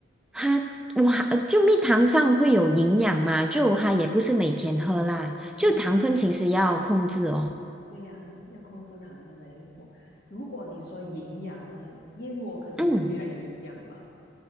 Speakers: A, in the centre; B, on the left.
A: 她我还呃就蜜糖上会有营养嘛，就她也不是每天喝啦，
B: 嗯，
A: 就糖分其实要控制哦。
B: 对呀、要控制糖分的孕妇。如果你说营养啊，燕窝可能更加有营养吧。
A: 嗯，